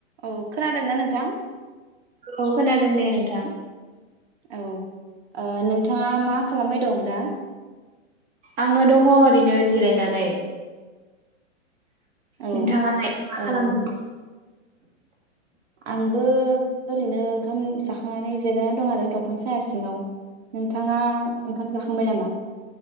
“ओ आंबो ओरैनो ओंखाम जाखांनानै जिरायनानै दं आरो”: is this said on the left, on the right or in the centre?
Right